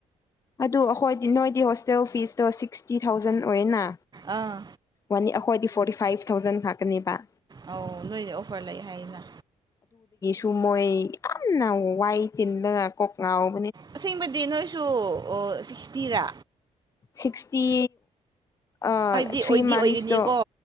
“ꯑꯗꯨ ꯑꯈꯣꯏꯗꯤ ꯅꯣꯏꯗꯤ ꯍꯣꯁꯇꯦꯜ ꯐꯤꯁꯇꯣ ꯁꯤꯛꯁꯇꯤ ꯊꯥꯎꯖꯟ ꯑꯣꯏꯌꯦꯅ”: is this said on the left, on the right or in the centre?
Left